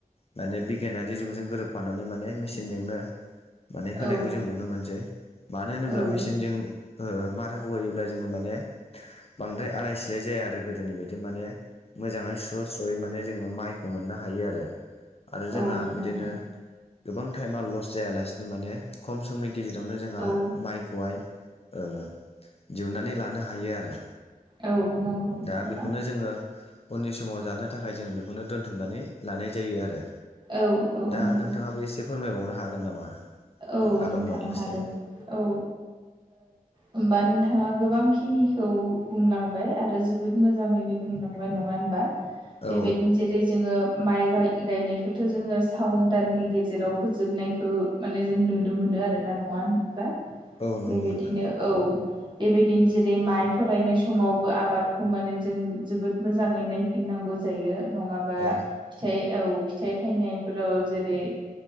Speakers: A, on the left; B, on the right.
A: माने दानि जुगजों गोरोबफानानै माने मेसििनजोंनो माने होनायखौ
B: औ
A: जों नुनो मोनसै मानो होनोब्ला
B: औ
A: मेसिनजों माराखौ होयोब्ला जोङो माने बांद्राय आलाय सिलाय जाया आरो गोदोनि बायदि बिदि माने मोजाङै स्र' स्र'यै माने जोङो माइखौ मोननो हायो आरो आरो
B: औ
A: जोंहा
B: नंगौ
A: बिदिनो गोबां टाइमा लस जायालासिनो माने खम समनि गेजेरावनो जोंहा
B: औ
A: माइखौहाय दिहुननानै लानो हायो आरो
B: औ नंगौ
A: दा
B: नोंथां
A: बेखौनो जोङो उननि समाव जानो थाखाय जोङो बेखौनो दोनथुमनानै लानाय जायो आरो
B: औ औ
A: दा
B: नंगौ
A: नोंथाङाबो एसे फोरमायबावनो हागोन नामा
B: औ
A: आबाद
B: नोंथां
A: मावनायनि
B: हागोन
A: सायाव
B: औ होमबा नोंथाङा गोबांखिनिखौ बुंलांबाय आरो जोबोद मोजाङैनो बुंलांबाय नङा होनबा बेबायदिनो
A: औ
B: जेरै जोङो माइाय गायनायखौथ' जोङो सावन दाननि गेजेराव फोजोबनायखौ माने जों नुनो मोनो आरो आरोना नङा बा
A: औ नंगौ
B: बेबायदिनो
A: नोंथां
B: औ बेबायदिनो जेरै माइ थरायनाय समावबो आबादखौ माने जों जोबोद मोजाङै नायफिन नांगौ जायो नङाबा
A: औ
B: फिथाय औ फिथाइ थायनायफोराव जेरै